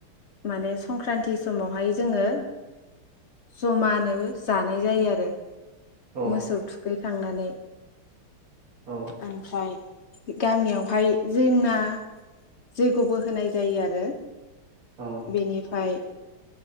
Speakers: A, on the left; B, on the right.
A: माने संक्रान्ति समावहाय जोङो जमानो जानाय जायो आरो
B: औ
A: मोसौ थुखैखांनानै
B: औ
A: ओमफ्राय गामियावहाय जोंना जोग गबो होनाय जायो आरो
B: औ
A: बेनिफाय